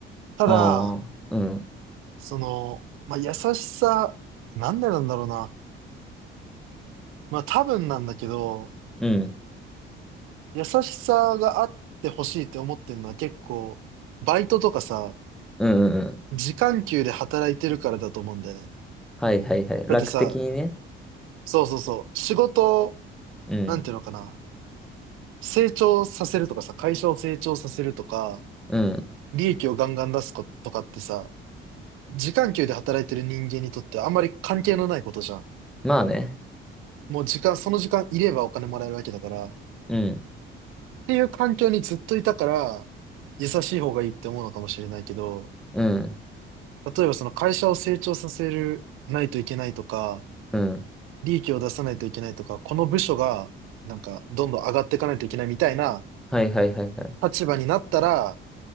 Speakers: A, on the right; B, in the centre.
A: ただ、
B: ああ、うん、
A: その、まあ、優しさ、なんでなんだろうな。まあ、多分なんだけど、
B: うん、
A: 優しさがあってほしいって思ってるのは結構、バイトとかさ、
B: うん、うん。うん
A: 時間給で働いてるからだと思うんだよね。
B: はいはいはい。
A: だってさ、
B: 楽的にね。
A: そうそうそう、仕事を、
B: うん、
A: なんていうのかな、成長させるとかさ、会社を成長させるとか、
B: うん。
A: 利益をガンガン出すことかってさ、時間給で働いてる人間にとってはあんまり関係のないことじゃん。
B: まあね。
A: もう時間、その時間いればお金もらえるわけだから、
B: うん、
A: ていう環境にずっといたから、優しい方がいいって思うのかもしれないけど、
B: うん、
A: 例えばその会社を成長させるないといけないとか、
B: うん。
A: 利益を出さないといけないとか、この部署がなんかどんどん上がっていかないといけないみたいな
B: はいはいはいはい。
A: 立場になったら、